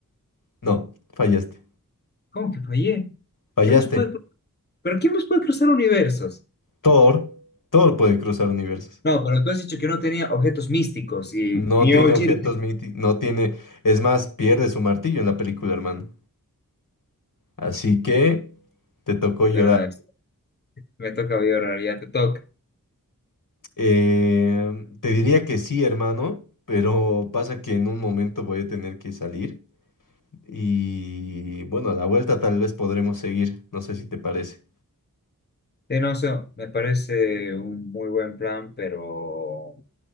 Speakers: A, on the left; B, on the left.
A: No, fallaste.
B: ¿Cómo que fallé?
A: Fallaste.
B: ¿Qué más puede, cru- ¿pero quién más puede cruzar universos?
A: Thor, Thor puede cruzar universos.
B: No, pero tú has dicho que no tenía objetos místicos y
A: No
B: mi
A: tiene
B: Oji,
A: objetos míticos, no tiene... Es más, pierde su martillo en la película, hermano. Así que te tocó llorar.
B: ¿verdad? Me toca vibrar, ya te toca.
A: Eh, te diría que sí, hermano, pero pasa que en un momento voy a tener que salir. Y bueno, a la vuelta tal vez podremos seguir. No sé si te parece.
B: Sí, no, sé, me parece un muy buen plan, pero